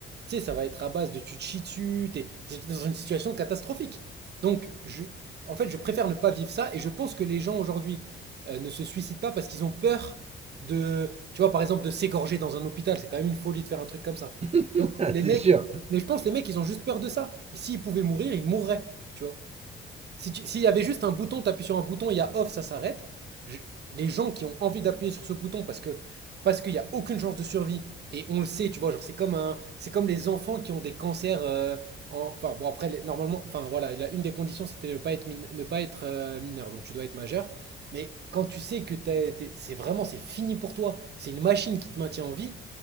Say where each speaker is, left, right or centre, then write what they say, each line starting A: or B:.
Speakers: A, on the right; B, on the right.
A: tu sais, ça va être à base de tu te chies dessus, t'es, t'es dans une situation catastrophique. Donc, je, en fait, je préfère ne pas vivre ça et je pense que les gens aujourd'hui euh, ne se suicident pas parce qu'ils ont peur de, tu vois, par exemple, de s'égorger dans un hôpital. C'est quand même une folie de faire un truc comme ça.
B: <laughs>
A: Donc les
B: c'est
A: mecs,
B: sûr.
A: mais je pense que les mecs, ils ont juste peur de ça. Mais s'ils pouvaient mourir, ils mourraient, tu vois. Si tu- s'il y avait juste un bouton, tu appuies sur un bouton, il y a off, ça s'arrête. Je- les gens qui ont envie d'appuyer sur ce bouton parce que parce qu'il n'y a aucune chance de survie, et on le sait, tu vois, genre c'est comme un, c'est comme les enfants qui ont des cancers. euh, en- enfin bon après les- normalement, enfin voilà, la- une des conditions c'était ne pas être min- ne pas être euh, mineur, donc tu dois être majeur. Mais quand tu sais que t'es- t'es- c'est vraiment c'est fini pour toi, c'est une machine qui te maintient en vie,